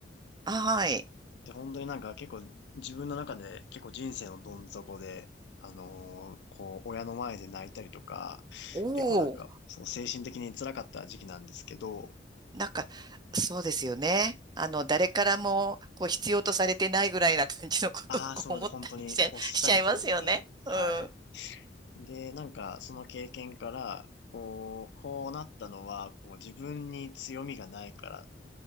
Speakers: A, on the right; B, on the left.
A: あ、はい。
B: で、本当になんか結構自分の中で結構人生のどん底で、あのーこう、親の前で泣いたりとか、
A: お
B: 結構なんか、
A: お。
B: そう、精神的に辛かった時期なんですけど、
A: なんか、そうですよね。あの、誰からも、こう、必要とされてないぐらいな感じのことを、
B: ああ、
A: こう、
B: そうです。
A: 思ったりしちゃ、
B: 本当におっしゃる通りで、
A: <laughs> しちゃいますよね。
B: はい。
A: うん。
B: で、なんか、その経験から、こう、こうなったのは、こう、自分に強みがないからっ